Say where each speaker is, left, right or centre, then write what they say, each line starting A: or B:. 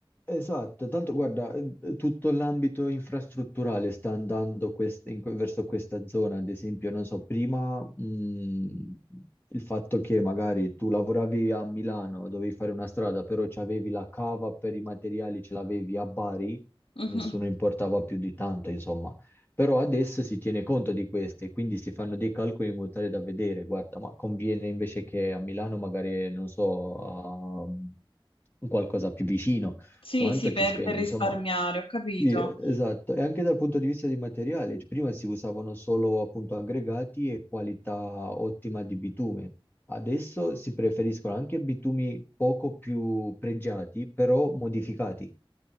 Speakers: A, on the left; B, on the left.
A: Esatto, tanto guarda, eh, tutto l'ambito infrastrutturale sta andando quest- in que- verso questa zona, ad esempio, non so, prima mh, il fatto che magari tu lavoravi a Milano, dovevi fare una strada, però c'avevi la cava per i materiali, ce l'avevi a Bari,
B: mhm.
A: nessuno importava più di tanto, insomma. Però adesso si tiene conto di queste, quindi si fanno dei calcoli in modo tale da vedere, guarda, ma conviene invece che a Milano magari, non so, a- qualcosa più vicino
B: Sì,
A: quanto
B: sì, per
A: ci spendi?
B: per risparmiare,
A: Insomma,
B: ho capito.
A: Sì, esatto, e anche dal punto di vista dei materiali, cioè, prima si usavano solo appunto aggregati e qualità ottima di bitume, adesso si preferiscono anche bitumi poco più pregiati, però modificati,